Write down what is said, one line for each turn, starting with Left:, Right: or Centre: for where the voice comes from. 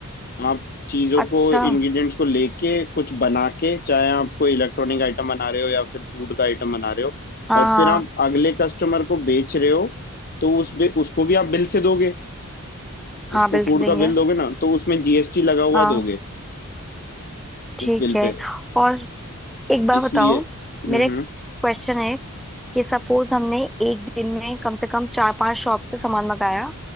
Left: आप चीज़ों
Centre: अच्छा
Left: को इंग्रेडिएंट्स
Centre: हाँ
Left: को लेके कुछ बना के चाहे आप कोई इलेक्ट्रॉनिक आइटम बना रहे हो या फिर फूड का आइटम बना रहे हो
Centre: हाँ
Left: और फिर आप अगले कस्टमर को बेच रहे हो तो उस बे, उसको भी आप बिल से दोगे
Centre: हाँ
Left: उसको
Centre: बिल्स
Left: फूड
Centre: देंगे
Left: का बिल दोगे ना तो उसमें जीएसटी लगा हुआ
Centre: हाँ
Left: दोगे
Centre: ठीक
Left: उस बिल
Centre: है
Left: पे
Centre: और एक बार
Left: इसलिए
Centre: बताओ
Left: हम्म
Centre: मेरे
Left: हम्म
Centre: क्वेश्चन है कि सपोज हमने एक दिन में कम से कम चार पांच शॉप से सामान मंगाया